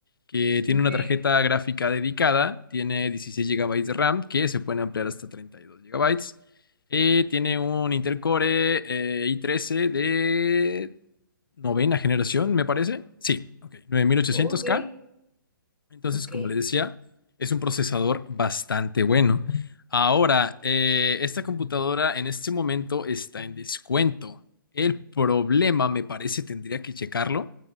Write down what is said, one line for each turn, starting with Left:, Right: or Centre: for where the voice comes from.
Left: que tiene
Centre: ok,
Left: una tarjeta gráfica dedicada, tiene 16 gigabytes de RAM, que se pueden ampliar hasta 32 GB. Eh, tiene un Intel Core eh, i13 de novena generación, me parece. Sí, ok, nueve mil ochocientos
Centre: ok,
Left: k entonces,
Centre: ok.
Left: como les decía, es un procesador bastante bueno. Ahora, eh, esta computadora en este momento está en descuento. El problema, me parece, tendría que checarlo,